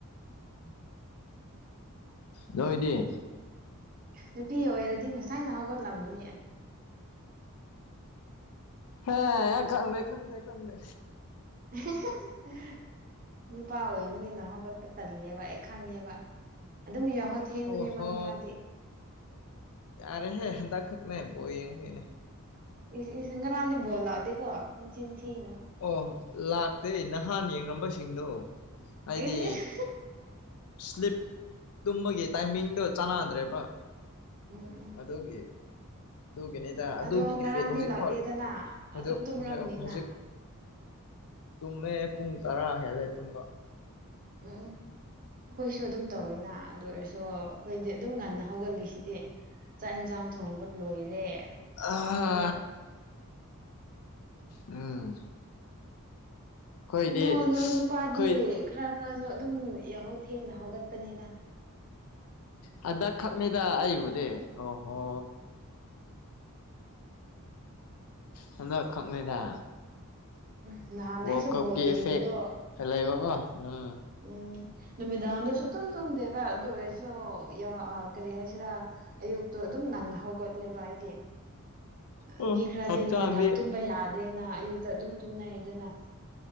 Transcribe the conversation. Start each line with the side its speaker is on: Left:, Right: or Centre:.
Right: <inaudible>
Left: ꯅꯣꯏꯗꯤ
Right: ꯅꯨꯄꯤ ꯑꯣꯏꯔꯗꯤ ꯉꯁꯥꯏꯅ ꯍꯧꯒꯠꯂꯝꯃꯅꯤ
Left: ꯍꯦ ꯈꯪꯗꯦ ꯈꯪꯗꯦ ꯈꯪꯗꯦ
Right: <unintelligible> ꯅꯨꯄꯥ ꯑꯣꯏꯕꯅꯤꯅ ꯍꯧꯒꯠꯄ ꯇꯜꯂꯦꯕ ꯑꯩ ꯈꯪꯉꯦꯕ ꯑꯗꯨꯝ ꯌꯥꯍꯧ__ ꯊꯦꯡꯕꯅꯦꯋꯥ
Left: ꯑꯣꯍꯣ
Right: ꯅꯨꯄꯥꯗꯤ
Left: ꯌꯥꯔꯦꯍꯦ ꯍꯟꯗꯛꯈꯛꯅꯦ ꯕꯣꯜ ꯌꯦꯡꯉꯨꯕꯩꯅꯦ
Right: ꯏꯁ ꯏꯁ ꯉꯥꯔꯥꯡꯗꯤ ꯕꯣꯜ ꯂꯥꯛꯇꯦꯀꯣ ꯅꯆꯤꯟ ꯊꯤꯅꯨ
Left: ꯑꯣ ꯂꯥꯛꯇꯦ ꯅꯍꯥꯟ ꯌꯦꯡꯉꯝꯕꯁꯤꯡꯗꯣ ꯍꯥꯏꯗꯤ
Right: ꯏꯁ ꯏꯁ
Left: ꯁ꯭ꯂꯤꯞ ꯇꯨꯝꯕꯒꯤ ꯇꯥꯏꯃꯤꯡꯗꯣ ꯆꯥꯟꯅꯗ꯭ꯔꯦꯕ
Right: ꯎꯝ ꯎꯝ
Left: ꯑꯗꯨꯒꯤ ꯑꯗꯨꯒꯤꯅꯤꯗ ꯑꯗꯨꯒꯤ
Right: ꯑꯗꯣ ꯉꯔꯥꯡꯗꯤ
Left: ꯏꯐꯦꯛ ꯍꯧꯖꯤꯛꯐꯥꯎ
Right: ꯂꯥꯛꯇꯦꯗꯅ
Left: ꯂ ꯍꯧꯖꯤꯛ
Right: ꯑꯗꯨꯝ ꯇꯨꯝꯔꯝꯅꯤꯅ
Left: ꯍꯧꯖꯤꯛ ꯍꯧꯖꯤꯛ ꯇꯨꯝꯃꯦ ꯄꯨꯡ ꯇꯔꯥ ꯍꯦꯜꯂꯦ ꯇꯨꯝꯕ
Right: ꯎꯝ ꯑꯩꯈꯣꯏꯁꯨ ꯑꯗꯨꯝ ꯇꯧꯋꯤꯅ ꯑꯗꯨ ꯑꯣꯏꯔꯁꯨ ꯑꯩꯈꯣꯏꯗꯤ ꯑꯗꯨꯝ ꯉꯟꯅ ꯍꯧꯒꯠꯂꯤꯁꯤꯗꯤ ꯆꯥꯛ ꯑꯦꯟꯖꯥꯡ ꯊꯣꯡꯕ ꯂꯣꯏꯔꯦ
Left: ꯑꯥ
Right: ꯑꯗꯣ
Left: ꯎꯝ ꯑꯩꯈꯣꯏꯗꯤ
Right: ꯑꯗꯣ ꯅꯣꯏ ꯅꯨꯄꯥꯗꯤ
Left: ꯑꯩꯈꯣꯏ
Right: ꯈꯔ ꯈꯔꯖꯨ ꯑꯗꯨꯝ ꯌꯥꯍꯧ ꯊꯦꯡꯅ ꯍꯧꯒꯠꯄꯅꯤꯗ
Left: ꯍꯟꯗꯛ ꯈꯛꯅꯤꯗ ꯑꯩꯕꯨꯗꯤ ꯑꯣꯍꯣ ꯍꯟꯗꯛ ꯈꯛꯅꯤꯗ
Right: ꯎꯝ ꯅꯍꯥꯟ
Left: ꯋꯥꯜ
Right: ꯑꯩꯁꯨ
Left: ꯀꯞꯀꯤ
Right: ꯕꯣꯜ ꯌꯦꯡꯕꯗꯣ
Left: ꯏꯐꯦꯛ ꯈꯥ ꯂꯩꯕꯀꯣ ꯎꯝ
Right: ꯎꯝ ꯅꯨꯃꯤꯗꯥꯡꯗꯨ ꯁꯨꯇꯨꯝ ꯇꯨꯝꯗꯦꯕ ꯑꯗꯨ ꯑꯣꯏꯔꯁꯨ ꯌꯥ ꯑꯥ ꯀꯔꯤ ꯍꯥꯏꯁꯤꯔꯥ ꯑꯌꯨꯛꯇꯣ ꯑꯗꯨꯝ ꯉꯟꯅ ꯍꯧꯒꯠꯂꯦꯕ ꯑꯩꯗꯤ
Left: ꯑꯣ
Right: ꯃꯤ ꯈꯔꯗꯤ
Left: ꯍꯛꯆꯥꯡꯗꯤ
Right: ꯅꯨꯃꯤꯗꯥꯡ ꯇꯨꯝꯕ ꯌꯥꯗꯦꯅ ꯑꯌꯨꯛꯇ ꯑꯗꯨꯝ ꯇꯨꯝꯅꯩꯗꯅ